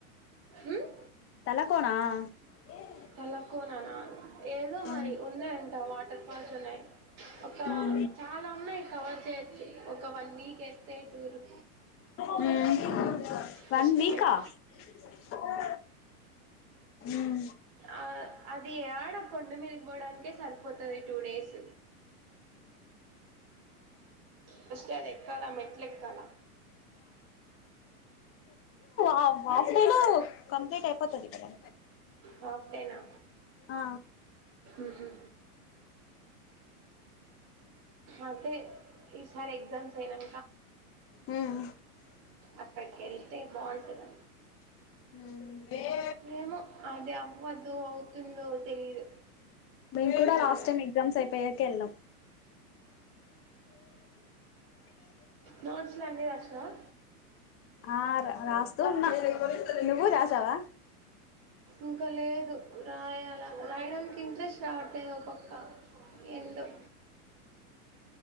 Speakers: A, on the right (about 45°); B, on the left (about 30°).
A: ఉమ్,
B: తలకోనా <inaudible>
A: తలకోననా ఏదో
B: ఆ
A: మరి ఉన్నాయంట వాటర్ ఫాల్స్ ఉన్నాయి
B: మ్
A: ఒక చాలా ఉన్నాయి కవర్ చేయొచ్చు ఒక వన్ వీక్ వేస్తే టూరు
B: ఊమ్ వన్
A: ఫస్ట్
B: వీకా
A: మెట్
B: ఆ ఊమ్
A: ఆ అది ఆడ కొండ మీదిపోవడానికే సరిపోతుంది టూ డేస్ ఫష్టే అది ఎక్కాలా మెట్లు ఎక్కాలా
B: ఆ వాసను కంప్లీట్ అయిపోతది కదా
A: హాఫ్ డేనా
B: ఆ
A: ఉహు అదే ఈసారి ఎక్సామ్స్ ఏనై
B: మ్మ్
A: అక్కడ కెళ్తే బాంటది
B: హ
A: ఏమో అది అవ్వదు అవుతుందో తెలీదు
B: మేము కూడా
A: పోవాలా
B: లాస్ట్ టైం ఎగ్జామ్స్ అయిపోయాక వెళ్ళాం
A: నోట్స్లు అన్నీ రాసనావా
B: ఆ రాస్తూ ఉన్నా నువ్వు రాసావా
A: ఇంకా లేదు రాయాల రాయడానికి ఇంట్రెస్ట్ రావట్లేదు ఒక పక్క ఏందొ